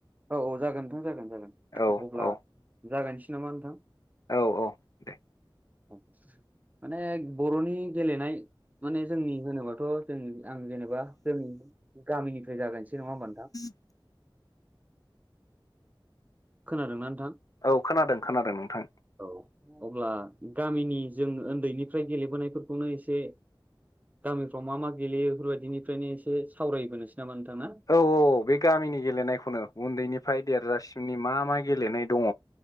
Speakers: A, on the right; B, on the left.
A: औ औ जागोन नोंथां जागोन जागोन
B: औ
A: अब्ला
B: औ
A: जागायनोसै नामा नोंथां?
B: औ औ दे
A: माने बर'नि गेलेनाय माने जोंनि होनोबाथ' जों आं जेनेबा जोंनि गामिनिफ्राय जागायसै नङा होमबा नोंथां
B: <unintelligible>
A: खोनादोंना नोंथां
B: औ खोनादों खोनादों नोंथां
A: औ अब्ला गामिनि जों उन्दैनिफ्राय गेलेबोनायफोरखौनो एसे गामिफ्राव मा मा गेलेयो बेफोरबायदिनिफ्रायनो एसे सावरायबोनोसै नामा नोंथां? ना
B: औ औ औ बे गामिनि गेलेनायखौनो उन्दैनिफ्राय देरजासिमनि मा मा गेलेनाय दङ